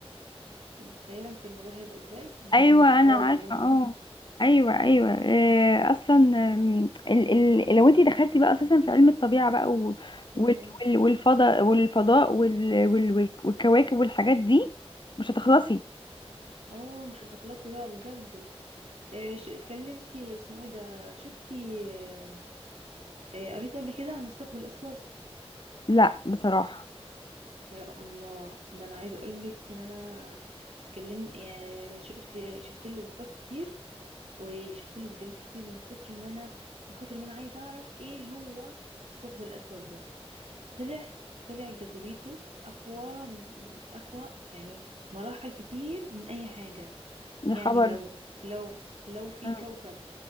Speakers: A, on the right; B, on the left.
A: متخيلة انت الموضوع هيبقى ازاي اللي
B: أيوه
A: هو واو
B: أنا عارفة
A: واو
B: أه
A: <laughs>
B: أيوه أيوه آه، أصلا آم، ال ال لو أنت دخلتي بقى أساسا في علم الطبيعة بقى و- وال
A: مم.
B: وال والفضاء والفضاء وال وال وال- والكواكب والحاجات دي مش هتخلصي
A: اه مش هتخلصي بقى بجد إيه ش- اتكلمتي اسمه ايه ده شفتي آه، آه، قريت قبل كده عن الثقب الاسود
B: لا بصراحة
A: يا الله ده انا عايزه اقول لك ان انا اتكلم يا- شفت شفت له بوستات كتير وشفت له فيديوهات كتير من كتر ما انا من كتر ما انا عايزه اعرف ايه هو الثقب الاسود ده طلع طلع جاذبيته اقوى اقوى يعني مراحل كتير من اي حاجه
B: يا
A: يعني
B: خبر
A: لو لو لو في
B: مم.
A: كوكب